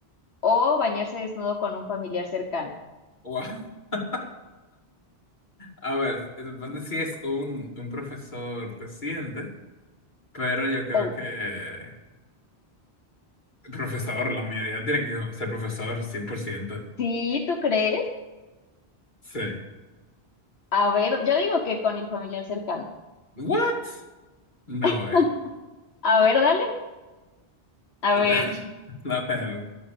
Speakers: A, on the left (about 75°); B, on the left (about 50°).
A: o bañarse desnudo con un familiar cercano?
B: wow <laughs> A ver, se supone si es un, un profesor reciente, pero yo creo
A: Oh,
B: que profesor, la mayoría tiene que ser profesor, cien por ciento
A: sí, ¿tú crees?
B: Sí.
A: A ver, yo digo que con el familiar cercano.
B: What? No
A: <laughs>
B: way.
A: A ver, dale. A
B: <laughs>
A: ver,
B: A ver.